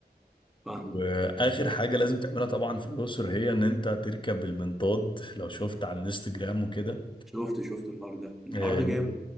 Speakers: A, in the centre; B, on the left (about 30°).
A: فاهمه
B: وآخر حاجة لازم تعملها طبعا في الأقصر هي إن أنت تركب المنطاد لو شفت على الانستجرام وكده
A: شفت شفت الحوار ده الحوار
B: آه،
A: ده جامد